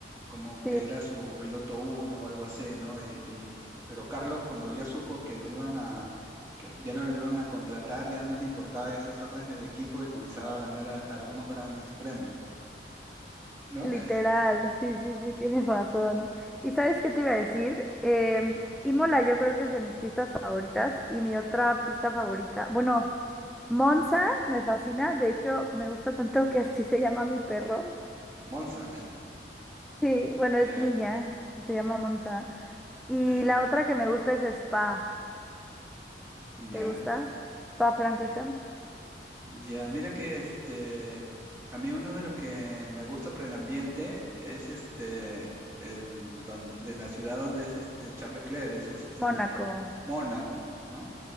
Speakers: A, on the right (about 15°); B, in the centre.
A: Como que
B: Sí,
A: era su piloto uno o algo así, ¿no? Y, y- pero Carlos, cuando ya supo que lo iban a, que ya no lo iban a contratar, ya no le importaba esas órdenes de equipo y comenzaba a ganar a- algunos grandes premios, ¿no?
B: Literal,
A: <laughs>
B: sí, sí, sí, tienes razón. ¿Y sabes qué te iba a decir? Eh, Imola yo creo que es de mis pistas favoritas y mi otra pista favorita, bueno, Monza me fascina, de hecho me gusta tanto que así se llama mi perro.
A: Monza,
B: Sí, bueno,
A: ya,
B: es niña, se llama Monza. Y
A: ya,
B: la otra que me gusta es Spa,
A: ya.
B: ¿te gusta? Spa Francorchamps,
A: Ya, mira que este, a mí uno de los que me gusta por el ambiente es este, el, don- de la ciudad donde es este Charles Leclerc, es este,
B: Mónaco,
A: Mónaco, ¿no?